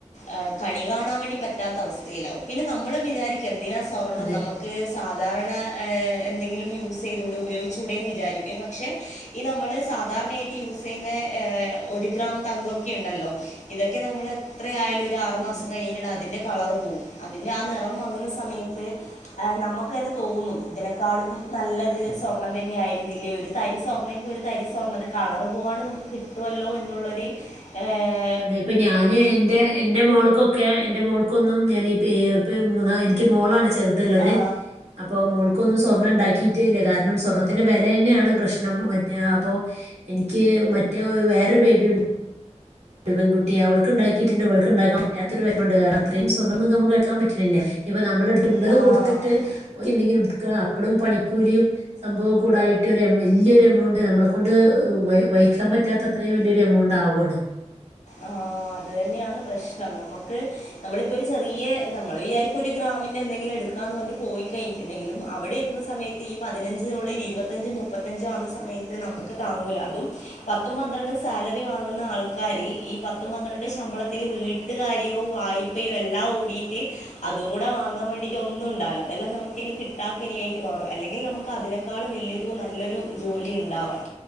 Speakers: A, on the left (about 85°); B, on the right (about 65°).
A: ഏഹ് കണി കാണാൻ വേണ്ടി പറ്റാത്ത അവസ്ഥയിലാവും പിന്നെ നമ്മളും വിചാരിക് ക്കെന്തിനാ സ്വർണ്ണം?
B: അതെ
A: നമ്മക്ക് സാധാരണ ഏഹ് എൻ എന്തെങ്കിലും യൂസ് ചെയ്തൂടെ, ഉപയോഗിച്ചൂടെന്ന് വിചാരിക്കുവേ പക്ഷെ ഈ നമ്മള് സാധാരണയിട് ട്ട് യൂസ് ചെയ്യുന്നെ ഏഹ് ഒരു ഗ്രാം തങ്കൊക്കെണ്ടല്ലോ? ഇതൊക്കെ നമ്മള് എത്രയായാലും ഒരു ആറുമാസം
B: അതെ
A: കഴിഞ്ഞിട്ട്ണ്ടെ അതിന്റെ കളറ് പോവും അതിന്റെ ആ നിറം മങ്ങുന്ന സ സമയത്ത് ആഹ് നമ്മക്ക് തന്നെ തോന്നും ഇതിനെക് ക്കാളും നല്ലത് സ്വർണ്ണം തന്നെയായിരുന്നില്ലേ? ഒരു തരി സ്വർണ്ണെങ്കി ഒരു തരി സ്വർണ്ണം, അത് കളറ് പോവാതെ നമ്മക്ക് കിട് കിട്ടുവല്ലോ എന്നുള്ളൊരു ഏഹ്
B: അതെ ഇപ്പ ഞാന് എന്റെ എന്റെ മോൾക്കൊക്കെ എന്റെ മോൾക്കൊന്നും ഞാനീ പേ <unintelligible> മൂന്നാ എനിക്ക് മോളാണ് ചെ ചെറുത്ള്ളത്
A: ആ
B: അപ്പം മോൾക്കൊന്നും സ്വർണ്ണം ഇണ്ടാക്കിയിറ്റേ ഇല്ലാ കാരണം സ്വർണ്ണത്തിന്റെ വെലയെന്നെയാണ് പ്രശ് റ്റം മറ്റെ അപ്പൊ എനിക്ക് മറ്റേ വേറൊരു ബേബിയും ഉണ്ട് ണ്ട് പെൺകുട്ടിയെ അവൾക്ക് ഇണ്ടാക്കിയിറ്റ്ണ്ട് ഇവൾക്ക് ഇണ്ടാക്കാൻ പറ്റാത്തൊരു വെഷമെണ്ട്‌ കാരണം ഇത്രീം സ്വർണ്ണന്ന് നമ്മക്ക് കേക്കാൻ പറ്റണില്ലാ ഇപ്പൊ നമ്മളെട്ത്ത്‌ ഉള്ളത്
A: ആ ആ
B: കൊടുത്തിട്ട് ക്കി എന്തെങ്കിലുംട്ക്ക, അപ്പളും പണിക്കൂലിയും. സംഭവം കൂടായിട്ട് വല്ല്യൊരു എമൗണ്ട് നമ്മളെ കൊണ്ട് വഹിക്കാൻ പറ്റാത്ത. അത്രീം വലിയൊരു എമൗണ്ടാവാണ്.
A: ആഹ്. അത് തന്നെയാണ് പ്രശ്നം. നമുക്ക്, നമ്മളിപ്പോ ഒരു ചെറിയ നമ്മള് വിചാരിക്കും, ഒരു ഗ്രാമിന്റെ എന്തെങ്കിലും എടുക്കാന്ന് പറഞ്ഞിട്ട് പോയി കഴിഞ്ഞ ണ്ടെങ്കിലും അവിടെ എത്തുന്ന സമയത്ത് ഈ പതിനഞ്ച്ന്നുള്ളത് ഇരുപത്തഞ്ച് മുപ്പത്തഞ്ച് ആവുന്ന സമയ ത്ത് നമുക്ക് താങ്ങൂല. അതും പത്തും പന്ത്രണ്ടും സാലറി വാങ്ങുന്ന ആൾക്കാര് ഈ പത്തും പന്ത്രണ്ട്‌ ശമ്പളത്തിൽ വീട്ടുകാര്യവും വായ്പയും എല്ലാം ഓടീട്ട്. അതുംകൂടെ വാങ്ങാൻ വേണ്ടിട്ട് ഒന്നും ണ്ടാവൂല. അതെന്നെ നമുക്ക്നി കിട്ടാകനിയായിട്ട് മാറും. അല്ലെങ്കിൽ നമുക്ക് അതിനെ. ക്കാളുംവല്യരു നല്ലൊരു ജോലി ഉണ്ടാവണം.